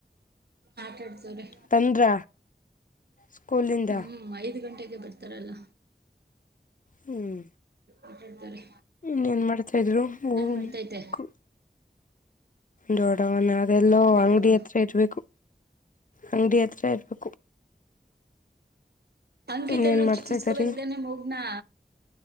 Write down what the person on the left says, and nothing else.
ಬಂದ್ರ ಸ್ಕೂಲಿಂದ
ಹ್ಮ್
ಇನ್ನೆನ್ ಮಾಡ್ತಾ ಇದ್ರು ಮೂ
ಕು ದೋಡವನ ಅದೆಲ್ಲೋ
ಅಂಗಡಿ ಹತ್ರ ಇರ್ಬೇಕು ಅಂಗಡಿ ಹತ್ರ ಇರ್ಬೇ
ಇನ್ನೇನ್ ಮಾಡ್ತಾ
ಇದ್ದಾರಿ